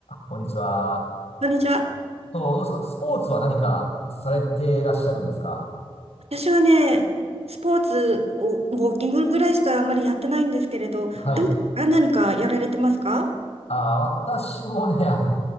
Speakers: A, on the left; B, on the right.
A: こんにちは。
B: こんにちは。
A: と、どうですかスポーツは何かされていらっしゃるんですか
B: 私はね、スポーツを、ウォーキングぐらいしかあんまりやってないんですけれど、
A: はい。
B: どうですか何かやられてますか
A: あー、私もね、あの